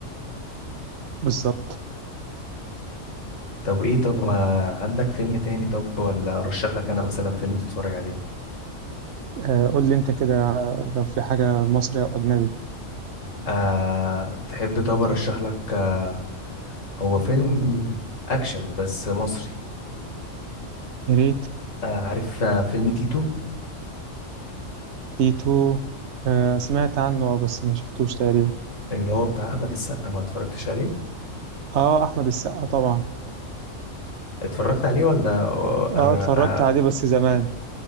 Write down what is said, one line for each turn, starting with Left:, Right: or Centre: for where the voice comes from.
Right: بالظبط
Left: طب إيه طب ما عندك فيلم تاني طب ولا أرشح لك أنا مثلا فيلم تتفرج عليه
Right: آه قول لي أنت كده لو في حاجة مصري أو أجنبي
Left: آه تحب طب ارشح لك آه هو فيلم اكشن بس مصري
Right: يا ريت
Left: آه عارف آه فيلم تيتو
Right: تيتو آه سمعت عنه اه بس ما شفتوش تقريبا
Left: اللي هو بتاع احمد السقا ما اتفرجتش عليه
Right: اه أحمد السقا طبعا
Left: اتفرجت عليه ولا آه،
Right: اه
Left: أنا...
Right: اتفرجت
Left: آه
Right: عليه بس زمان